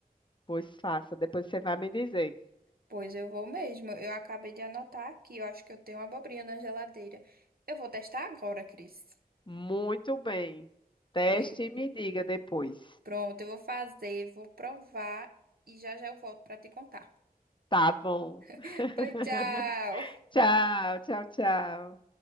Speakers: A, on the left; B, on the right.
A: Pois faça. Depois você vai me dizer.
B: Pois eu vou mesmo. Eu acabei de anotar aqui, eu acho que eu tenho uma abobrinha na geladeira. Eu vou testar agora, Cris.
A: Muito bem. Teste
B: Oi.
A: e me diga depois.
B: Pronto, eu vou fazer, vou provar e já já eu volto para te contar.
A: Tá bom. <laughs>
B: <laughs> Pois tchau.
A: Tchau, tchau, tchau.